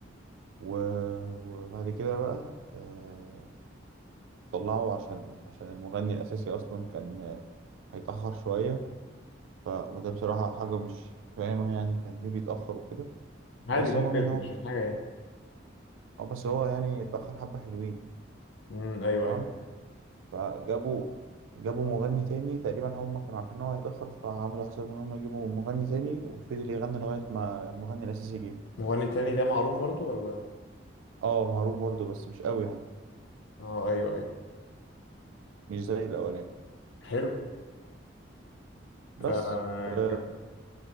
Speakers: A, on the right; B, on the left.
A: و- وبعد كده بقى آه، طلعه عشان عشان المغني الأساسي أصلا كان آه، هيتأخر شوية ف... وده بصراحة حاجة مش فاهمها يعني كان ليه بيتأخر وكده
B: عادي
A: بس
B: ممكن
A: المهم إن هو
B: مش
A: ك-
B: حاجه يعني
A: آه، بس هو يعني اتأخر حبة حلوين
B: مم. ايوه
A: تمام
B: ايوه
A: فجابوا جابوا مغني تاني تقريبا هم كانوا عارفين إن هو هيتأخر فعملوا حسابهم إن هم يجيبوا مغني تاني وفضل يغني لغاية ما المغني الأساسي جه
B: مغني تاني ده معروف برضو ولا
A: اه معروف برضه بس مش قوي يعني
B: اه ايوه ايوه
A: مش زي الأولاني
B: حلو
A: بس
B: ف
A: آه،
B: كان